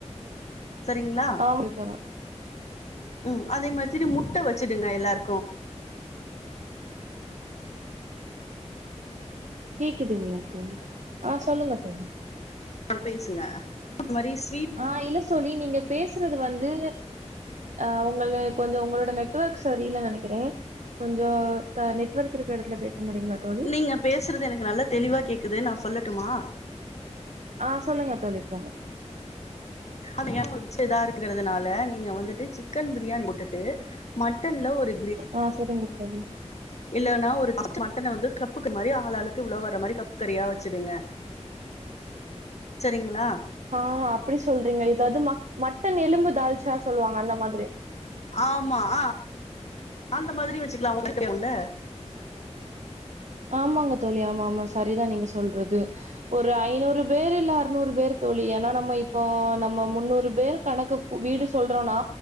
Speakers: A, on the left; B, on the right.
A: சரிங்ளா
B: போய்ட்டு வாங்க
A: ம் அதே மாதிரி முட்ட வெச்சுடுங்க எல்லாருக்கு
B: கேக்குதுங்களா தோழி ஆ சொல்லுங்க தோழி
A: <inaudible> பேசுங்க மாரீஸ்
B: ஆ இல்ல சோளி நீங்க பேசுறது வந்து ஆ உங்கள்ள கொஞ்ஜோ உங்களோட நெட்வொர்க் சரியில்ல நினைக்கிறே கொஞ்ஜோ க நெட் ஒர்க் இருக்குற இடத்துல பேச முடியுங்களா தோழி
A: இல்லீங்க பேசுறது எனக்கு நல்ல தெளிவா கேக்குது நா சொல்லட்டுமா
B: ஆ சொல்லுங்க தோழி இப்போ
A: அவனயே என்கூட சேதா இருக்கறதுனால நீங்க வந்துட்டு சிக்கன் பிரியாணி போட்டுட்டு மட்டன்ல ஒரு
B: ஆ சரிங்க தோழி
A: இல்லனா ஒரு மட்டன வந்து கப்புக்கு மாரி ஆளாளுக்கு இவ்ளோ வர மாரி கப் கரியா வெச்சுடுங்க சரிங்ளா
B: ஆ அப்டி சொல்றீங்க இதாது ம மட்டன் எலும்பு தால்ச்சா சொல்வாங்க அந்த மாதிரி
A: ஆமா ஆ அந்த மாதிரி வெச்சுக்லா <inaudible> உள்ள
B: ஆமாங்க தோழி ஆமா ஆமா சரிதா நீங்க சொல்றது ஒரு ஐநூறு பேர் இல்ல அற்நூறு பேர் தோழி ஏனா நம்ம இப்போ நம்ம முன்னூறு பேர் கணக்கு கு வீடு சொல்றோன்னா